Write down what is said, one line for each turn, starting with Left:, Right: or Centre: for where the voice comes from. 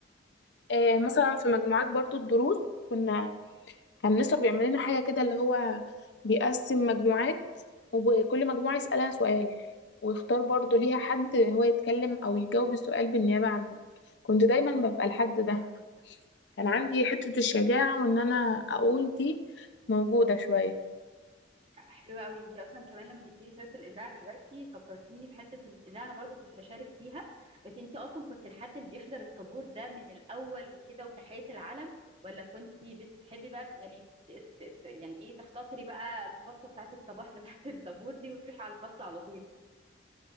Left: آه، مثلا في مجموعات برضو الدروس كنا كان مستر بيعمل لنا حاجة كده اللي هو بيقسم مجموعات وكل مجموعة يسألها سؤال ويختار برضو ليها حد هو يتكلم أو يجاوب السؤال بالنيابة عنهم كنت دايما ببقى الحد ده كان عندي حتة الشجاعة وإن أنا أقول دي موجودة شوية
Right: حلوه قوي انت اصلا كمان لما جبتي لي سيره الاذاعه دلوقتي فكرتيني بحته الاذاعه انا برضو كنت بشارك فيها بس انت اصلا كنت الحد اللي بيحضر الطابور ده من الاول وكده وتحيه العلم ولا كنت بتحبي بقى يعني ت- ت- ت- يعني ايه تختصري بقى الفتره بتاعت الصباح بتاعت الطابور دي وتروحي على الفصل على طول